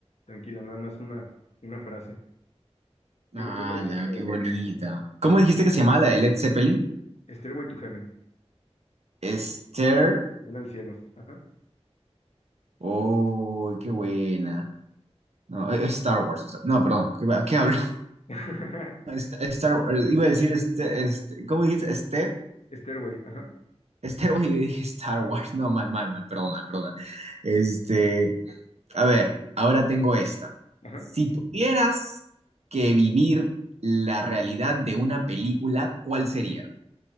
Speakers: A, on the left; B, on the right.
A: tranquila, nada más una, una frase. Yo
B: ala,
A: creo yo creo que es como
B: qué bonita. ¿Cómo dijiste que se llamaba la de Led Zeppelin?
A: Stairway to Heaven,
B: Esther.
A: una al cielo. Ajá.
B: Oh, qué buena. No, es Star Wars. eso. No, perdón. ¿Qué, qué hablo?
A: <laughs>
B: Esta- Star, eh, iba a decir, este, este, ¿cómo dijiste? Step,
A: Stairway, ajá.
B: Stairway, <laughs> yo dije Star Wars. No, mal, mal, mal, perdona, perdona. Este, a ver, ahora tengo esta.
A: Ajá.
B: Si tuvieras que vivir la realidad de una película, ¿cuál sería?